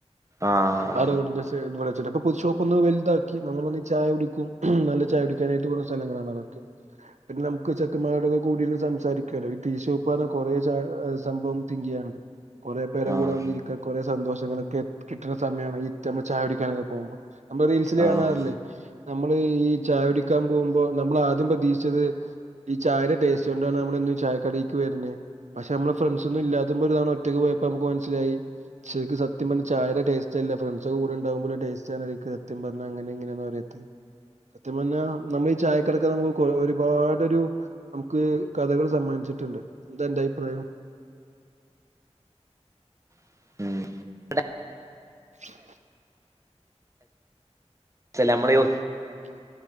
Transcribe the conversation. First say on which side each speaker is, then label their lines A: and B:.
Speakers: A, on the right (about 25°); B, on the right (about 80°).
A: ആഹ്
B: ആ റോഡിന്റെ സയ്ടുടെവച്ച് ഇവിടെപ്പേ പുതുഷോപ്പ് ഒന്ന് വല്താക്കി നമ്മൾ വന്ന് ചായ കുടിക്കും നല്ല ചായ കുടിക്കാനായിട്ട് പോണ സ്ഥലങ്ങളാണ് അതൊക്കെ പിന്നെ നമുക്ക് ചെക്കമാരുടെക്കെ കൂടി ഇരുന്ന് സംസാരിക്കല്ലോ ഈ ടീഷോപ്പ് പറഞ്ഞ കുറേ സംഭവം തിങ്കെയ്യാനുണ്ട് കൊറെ പേരെ
A: ആഹ്
B: കൂടെ ഒന്നിരിക്ക കൊറ സ് സന്തോഷങ്ങളൊക്കെ കിട്ടുന്ന സമയമാണെങ്കി നമ്മൾ ചായകുടിക്കാനൊക്കെ പോകുമ്പോൾ നമ്മ റീൽസില്
A: ആഹ്
B: കാണാറില്ലേ നമ്മള് ഈ ചായ കുടിക്കാൻ പോകുമ്പോ നമ്മളാദ്യം പ തീക്ഷിച്ചത് ഈ ചായയുടെ ടേസ്റ്റ് കൊണ്ടാണ് നമ്മളെന്നും ഈ ചായ കടയ്ക്ക് വരണെ പക്ഷെ നമ്മളെ ഫ്രണ്ട്സ് ഒന്നും ഇല്ലാതെ ഒരു തവണ ഒറ്റക്ക് പോയപ്പോ നമുക്ക് മന മനസിലായി ശരിക്കും സത്യം പറഞ്ഞ ചായയുടെ ടേസ്റ്റ്ല്ല ഫ്രണ്ട്സൊക്കെ കൂടെ ഉണ്ടാകുമ്പോള്ള ടേസ്റ്റാണ് അതിക്ക് സത്യം പറഞ്ഞാൽ അങ്ങന ഇങ്ങനെയാ പറയും സത്യം പറഞ്ഞാൽ നമ്മൾ ഈ ചായ കടയ്ക്ക് നമുക്ക് ഒരുപാടൊരു നമുക്ക് കഥകൾ സമ്മാനിച്ചിട്ടുണ്ട് എന്താ അന്റെ അഭിപ്രായം
A: <unintelligible>
B: <unintelligible>
A: ചില നമ്മളെ യു
B: ആ